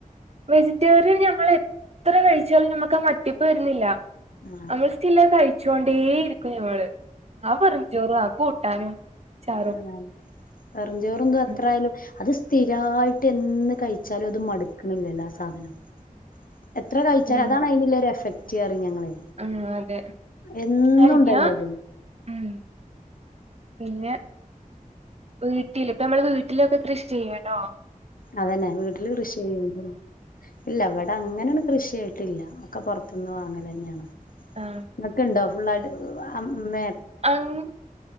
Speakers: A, on the right; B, on the left.
A: വെജിറ്റേറിയൻ ഞമ്മളെത്ര കഴിച്ചാലും ഞമ്മക്കാ ആ മട്ടിപ്പ് വരുന്നില്ല.
B: ആ
A: നമ്മള് സ് ച്ചില് കഴിച്ചോണ്ടേ ഇരിക്കും ഞമ്മള്. ആ വെറും ചോറും, ആ കൂട്ടാനും. ചാറും
B: ആ വെറും ചോറും ഇതും എത്രയാലും
A: ഉം
B: അത് സ് സ്ഥിരായിട്ട് എന്ന് കഴിച്ചാലും അത് മടുക്കുന്നില്ലല്ലോ ആ സാധനം. എത്ര കഴിച്ചാലും
A: ഉം
B: അതാണ് അതിനുള്ള ഒരു എഫക്റ്റ്റയും ഞങ്ങള്.
A: ആഹ് അതെ
B: എന്നുംണ്ടല്ലത്.
A: ആയിരിക്കും ഉം പിന്നെ വീട്ടില് ഇപ്പ നമ്മള് വീട്ട വീട്ടിലൊക്കെ കൃഷി ചെയ്യണോ.
B: അതന്നെ വീട്ടില് കൃഷി ചെയ്യണണ്ട്. ഇല്ല ഇവിടെ അങ്ങനെയണ് കൃഷിയായിട്ടില്ല, ഒക്കെ പുറത്തിന്ന് വാങ്ങലന്നെയാണ്.
A: ആഹ്
B: ഇങ്ങക്ക് ഇണ്ടോ ഫുള്ളായിട്ട് മേ
A: അങ്